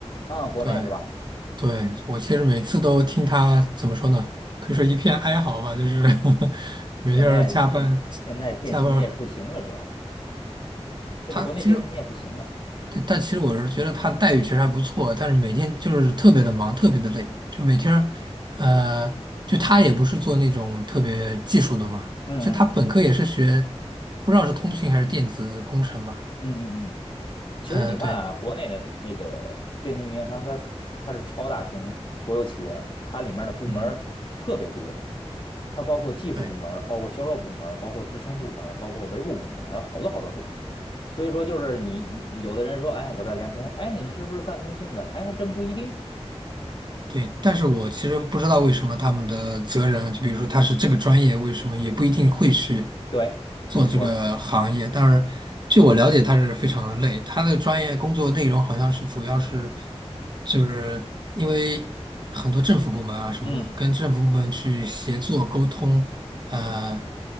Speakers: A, on the left; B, on the right.
A: 嗯，国内是吧？
B: 对，对，我其实每次都听他怎么说呢？可以说一片哀嚎吧，就是 <laughs> 每天儿加班
A: 现在电现在电信业不行了，
B: 加班儿
A: 主要是现在国内电信业不行了。
B: 他其实，对但其实我是觉得他的待遇其实还不错，但是每天就是特别的忙，特别的累，就每天儿呃，就他也不是做那种特别技术的嘛，
A: 嗯嗯
B: 就他本科也是学，不知道是通信还是电子工程吧，
A: 嗯嗯嗯，其实你看啊，
B: 呃，对，
A: 国内的那个电信运营商它，它是超大型国有企业嘛，它里面的部门儿特别多，
B: 嗯，
A: 它包括技术部门儿包括销售部门儿包括支撑部门儿包括维护部门儿还有好多好多种。
B: 对。
A: 所以说，就是你你有的人说，哎，我在联通，哎，你是不是干通信的？哎，还真不一定。
B: 对，但是我其实不知道为什么他们的责任，就比如说他是这个专业，为什么也不一定会去
A: 对，没错儿
B: 做这个行业。但是据我了解，他是非常的累，他的专业工作内容好像是主要是，就是因为很多政府部门啊什么的，
A: 嗯
B: 跟政府部门去协作沟通，呃，
A: 嗯嗯